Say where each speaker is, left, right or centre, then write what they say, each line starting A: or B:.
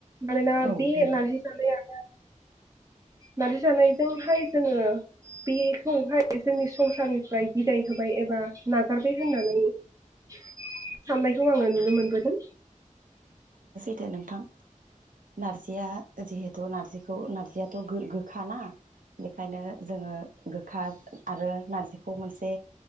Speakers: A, on the right; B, on the right.
A: मानोना
B: औ
A: बे
B: नंगौ
A: नारजि जानाया नारजि जानायजोंहाय जोङो बेखौहाय जोंनि संसारनिफ्राय बिदाय होबाय एबा नागारबाय होननानै साननायखौ आङो नुनो मोनबोदों।
B: दे नोंथां नारजिया जिहेथु नारजिखौ नार्जियाथ' गोखा ना बेखायनो जोङो गोखा आरो नारजिखौ मोनसे